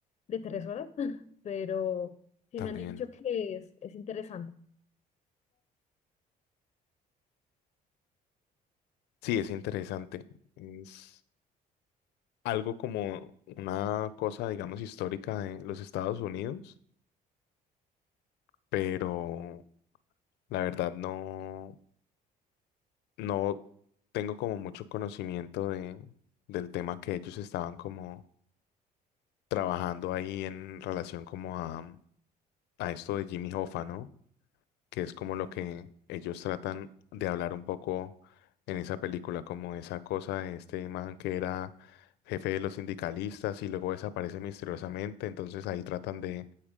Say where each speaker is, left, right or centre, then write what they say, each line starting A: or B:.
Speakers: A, on the left (about 40°); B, on the left (about 80°).
A: de tres horas, <laughs> pero sí
B: También.
A: me han dicho que es, es interesante
B: Sí, es interesante. Es algo como una cosa, digamos, histórica de los Estados Unidos, pero la verdad no, no tengo como mucho conocimiento de, del tema que ellos estaban como trabajando ahí en relación como a, a esto de Jimmy Hoffa, ¿no? Que es como lo que ellos tratan de hablar un poco en esa película, como esa cosa de este man que era jefe de los sindicalistas y luego desaparece misteriosamente, entonces ahí tratan de